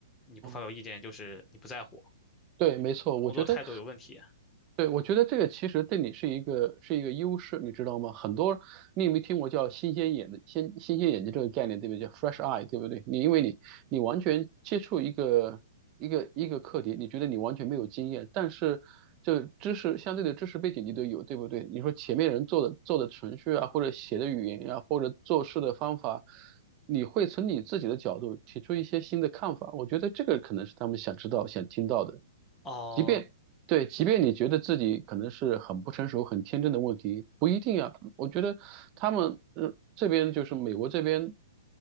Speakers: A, on the left; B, on the right.
A: 你不发表意见就是你不在乎，
B: 嗯，对，没错，我觉得
A: 工作态度有问题。
B: 对，我觉得这个其实对你是一个是一个优势，你知道吗？很多你有没有听过叫新鲜眼的新新鲜眼睛这个概念，对不对？叫 fresh eye，对不对？你因为你你完全接触一个一个一个课题，你觉得你完全没有经验，但是这个知识相对的知识背景你都有，对不对？你说前面人做的做的程序啊，或者写的语言呀、或者做事的方法，你会从你自己的角度提出一些新的看法，我觉得这个可能是他们想知道、想听到的。
A: 哦，
B: 即便对，即便你觉得自己可能是很不成熟、很天真的问题，不一定啊。我觉得他们，嗯，这边就是美国这边